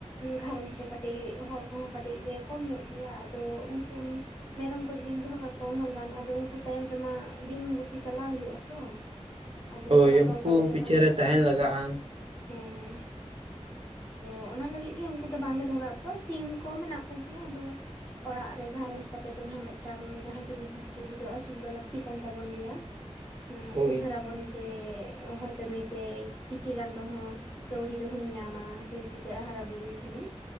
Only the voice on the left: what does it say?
ᱜᱷᱟᱨᱚᱸᱧᱡᱽ ᱨᱮ ᱠᱟᱹᱴᱤᱡ ᱦᱚᱲ ᱠᱚᱦᱚᱸ ᱠᱟᱹᱴᱤᱡ ᱞᱮ ᱠᱚᱢ ᱧᱚᱜ ᱜᱮᱭᱟ, ᱟᱫᱚ ᱩᱝᱠᱩ ᱢᱮᱨᱚᱢ ᱠᱚ ᱡᱩᱫᱤᱢ ᱫᱚᱦᱚ ᱠᱟᱜ ᱠᱚᱣᱟ ᱩᱱᱟᱹᱜ ᱜᱟᱱ ᱟᱫᱚ ᱩᱝᱠᱩ ᱛᱟᱭᱚᱢ ᱨᱮᱢᱟ ᱫᱤᱱ ᱜᱩᱯᱤ ᱪᱟᱞᱟᱣ ᱦᱩᱭᱩᱜᱼᱟ ᱛᱚ ᱾ ᱟᱫᱚ
ᱩᱝᱠᱩ ᱢᱟ
ᱛᱚᱞ ᱠᱟᱛᱮᱫ ᱫᱚᱦᱚ
ᱞᱮᱠᱚ
ᱠᱷᱟᱱ,
ᱦᱮᱸ᱾ ᱟᱫᱚ ᱚᱱᱟ ᱞᱟᱹᱜᱤᱜ ᱜᱮ ᱩᱱᱠᱩ ᱫᱚ ᱵᱟᱝᱞᱮ ᱫᱚᱦᱚ ᱠᱟᱜ ᱠᱚᱣᱟ ᱥᱤᱢ ᱠᱚ ᱢᱮᱱᱟᱜ ᱠᱚᱜᱮᱭᱟ, ᱟᱫᱚ ᱚᱲᱟᱜ ᱨᱮ ᱜᱷᱟᱨᱚᱸᱡᱽ ᱠᱟᱛᱮᱫ ᱫᱚ ᱱᱟᱦᱱᱟᱜ ᱢᱮᱫᱴᱟᱝ ᱡᱟᱦᱟᱸ ᱪᱤᱞᱤ ᱡᱤᱵᱽ ᱡᱤᱭᱟᱹ ᱞᱤ ᱫᱚ ᱟᱹᱥᱩᱞ ᱫᱚ ᱞᱟᱹᱠᱛᱤ ᱠᱟᱱ ᱛᱟᱵᱚᱱ ᱜᱮᱭᱟ, ᱮᱸ
ᱩᱭᱦᱟᱹᱨᱟ ᱵᱚᱱ ᱡᱮ ᱦᱚᱭᱛᱚ ᱱᱩᱭᱛᱮᱭ ᱠᱤᱪᱷᱤ ᱜᱟᱱ ᱨᱮᱦᱚᱸ ᱠᱟᱹᱣᱰᱤ ᱨᱮᱦᱚᱸᱧ ᱧᱟᱢᱟ ᱥᱮᱧ ᱪᱤᱠᱟᱹᱜᱼᱟ ᱦᱟᱨᱟ ᱵᱩᱨᱩᱭ ᱠᱷᱟᱱᱤᱧ,